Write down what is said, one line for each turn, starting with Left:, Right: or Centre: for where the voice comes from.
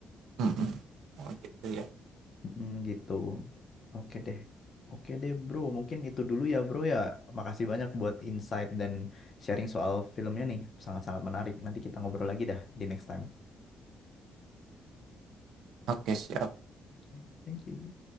Right: Hmm. hmm. Oh gitu ya.
Left: Mm, gitu. Oke deh. Oke deh, bro. Mungkin itu dulu ya, bro ya. Makasih banyak buat insight dan sharing soal filmnya nih. Sangat-sangat menarik. Nanti kita ngobrol lagi dah di next time.
Right: Oke, siap.
Left: Oke, thank you.